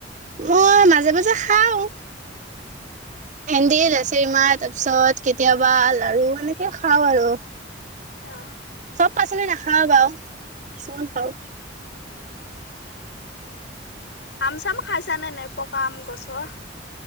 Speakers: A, on the right (about 40°); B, on the left (about 70°).
A: মই মাজে মাজে খাওঁ ভেন্দি, লেছেৰি মাহ তাৰ পিছত কেতিয়াবা লাৰু এনেকে খাওঁ আৰু
B: অ
A: চব পাচলি নাখাওঁ বাৰু কিছুমান খাওঁ
B: আম চাম খাইছ নে নে পকা আম গছৰ